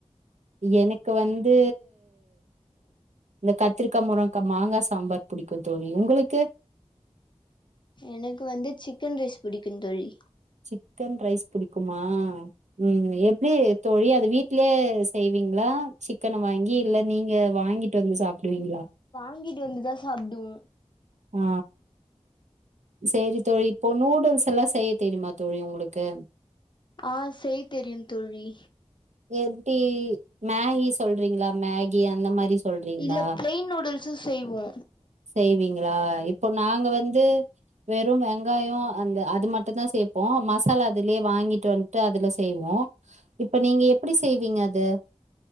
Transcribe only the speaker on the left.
எனக்கு வந்து சிக்கன் ரைஸ் புடிக்கு தோழி
ங்கிட்டு வந்துதா சாப்டுவோ
ஆ செய் தெரியு தோழி
இல்ல ப்ளைன் நூடுல் ஸு செய்வோ